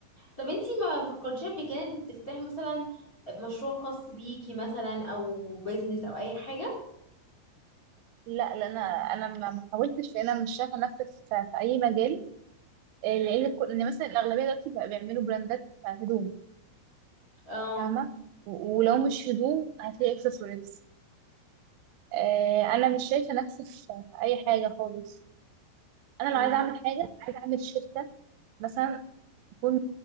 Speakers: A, on the left; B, on the right.
A: طب انتي ما فكرتيش قبل كده ان تفتحي مثلا مشروع خاص بيكي مثلا او بيزنس او اي حاجة
B: لا لا انا انا ما ما حاولتش انا مش شايفه نفسي في, في اي مجال إيه، لان كل- ان مثلا الاغلبيه دلوقتي بقى بيعملوا براندات هدوم
A: اه
B: فاهمه و- ولو مش هدوم هتلاقي اكسسوارز آه، انا مش شايفه نفسي في في اي حاجه خالص انا لو
A: مم.
B: عايزه اعمل حاجه عايزه اعمل شركه مثلا تكون